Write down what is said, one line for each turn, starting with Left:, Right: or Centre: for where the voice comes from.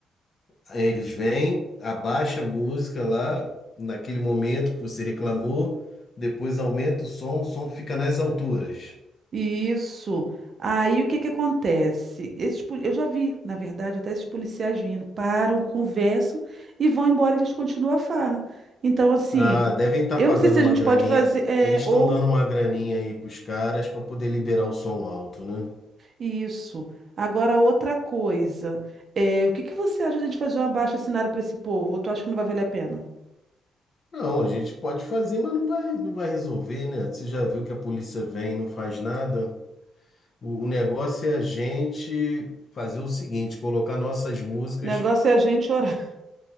Left: Aí Eles vêm, abaixa a música lá, naquele momento que você reclamou, depois aumenta o som, o som fica nas alturas.
Right: Isso. Aí o que que acontece? Esses, poli- eu já vi, na verdade, até esses policiais vindo, param, conversam e vão embora, eles continuam a farra. Então, assim,
Left: Ah, devem estar
Right: eu
Left: pagando
Right: não sei se
Left: uma
Right: a gente
Left: graninha.
Right: pode fazer, é,
Left: Eles estão
Right: ou
Left: dando uma graninha aí pros caras para poder liberar o som alto, né?
Right: isso. Agora, outra coisa, é, o que que você acha de a gente fazer um abaixo-assinado para esse povo? Ou tu acha que não vai valer a pena?
Left: Não, a gente pode fazer, mas não vai, não vai resolver, né? Você já viu que a polícia vem e não faz nada? O, o negócio é a gente fazer o seguinte, colocar nossas músicas.
Right: O negócio
Left: <laughs>
Right: é a gente orar,